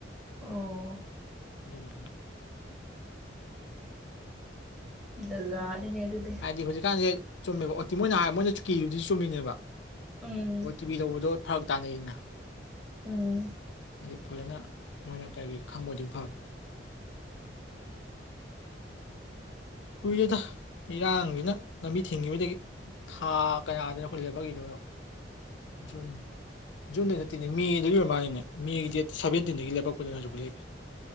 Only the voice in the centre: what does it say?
ꯑꯣ
ꯖꯥꯠ ꯖꯥꯠ ꯅꯤꯅꯦ <unintelligible>
ꯎꯝ
ꯎꯝ